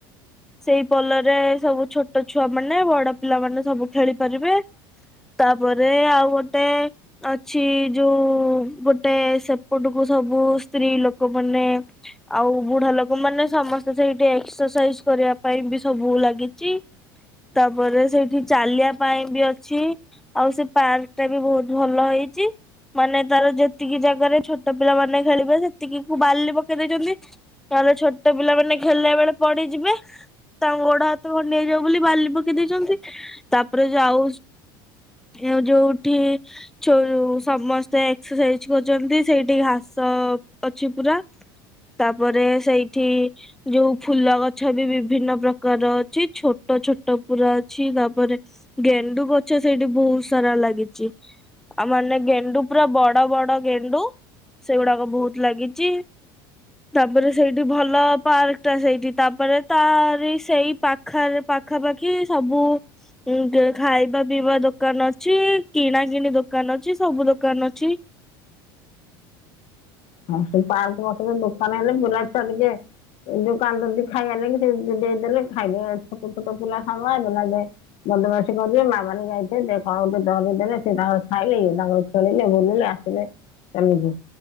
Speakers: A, in the centre; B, on the left.
A: ସେଇ ପୋଲରେ ସବୁ ଛୋଟ ଛୋଟ ଛୁଆ ମାନେ ବଡ ପିଲାମାନେ ସବୁ ଖେଳି ପାରିବେ। ତାପରେ ଆଉ ଗୋଟେ ଅଛି ଯୋଉ-ଉ-ଉ ଗୋଟେ ସେପଟକୁ ସବୁ ସ୍ତ୍ରୀ ଲୋକ ମାନେ ଆଉ ବୁଢା ଲୋକ ମାନେ ସମସ୍ତେ ସେଇଠି ଏକ୍ସରସାଇଜ କରିବା ପାଇଁ ବି ସବୁ ଲାଗିଛି। ତାପରେ ସେଇଠି ଚାଲିବା ପାଇଁ ବି ଅଛି ଆଉ ସେ ପାର୍କ ଟା ବି ବହୁତ ଭଲ ହେଇଛି ମାନେ ତାର ଯେତିକି ଜାଗାରେ ଛୋଟ ପିଲା ମାନେ ଖେଳିବେ ସେତିକି କୁ ବାଲି ପକେଇ ଦେଇଛନ୍ତି। ତାଲେ ଛୋଟ ପିଲା ମାନେ ଖେଳିଲା ବେଳେ ପଡିଯିବେ, ତାଙ୍କ ଗୋଡ ହାତ ଖଣ୍ଡିଆ ହେଇଯିବ ବୋଲି ବାଲି ପକେଇ ଦେଇଛନ୍ତି। ତାପରେ ଯାଉ ହେ ଯୋଉ ଏଠି ଛୋ ଉ-ଉ-ଉ ସମସ୍ତେ ଏକ୍ସର୍ସାଇଜ କରିଛନ୍ତି। ସେଇଠି ଘାସ-ଅ-ଅ ଅଛି ପୁରା। ତାପରେ ସେଇଠି ଯୋଉ ଫୁଲ ଗଛ ବି ବିଭିନ୍ନ ପ୍ରକାର ଅଛି, ଛୋଟ ଛୋଟ ପୁରା ଅଛି। ତାପରେ ଗେଣ୍ଡୁ ଗଛ ସେଇଠି ବହୁତ ସାରା ଲାଗିଛି। ଆଉ ମାନେ ଗେଣ୍ଡୁ ପୁରା ବଡ ବଡ ବଡ ଗେଣ୍ଡୁ ସେଗୁଡାକ ବହୁତ ଲାଗିଛି। ତାପରେ ସେଇଠି ଭଲ ପାର୍କ ଟା ସେଇଠି ତାପରେ ତାରି ସେଇ ପାଖରେ ପାଖାପାଖି ସବୁ ଉ ଖାଇବା ପିଇବା ଦୋକାନ ଅଛି। କିଣା କିିଣି ଦୋକାନ ଅଛି। ସବୁ ଦୋକାନ ଅଛି।
B: ହଁ ସେଇ ପାର୍କ ପାଖରେ ଦୋକାନ ହେଲେ ପିଲା ଛୁଆ ଟିକେ ଦୋକାନରୁ ଟିକେ ଖାଇଆ ନେଇ ଦେ ଦେଇଦେଲେ ଖାଇଦେ। ଛୋଟ ଛୋଟ ପିଲା ସାଙ୍ଗ ନହେଲେ ବଦମାସି କରିବେ। ମା ମାନେ ଯାଇଥିବେ କଣ ଗୋଟେ ଧରିଦେଲେ ସେ ତାଙ୍କର ଖାଇଲେ ଇଏ ତାଙ୍କର ଖେଳିଲେ ବୁଲିଲେ ଆସିଲେ। ଏମିତି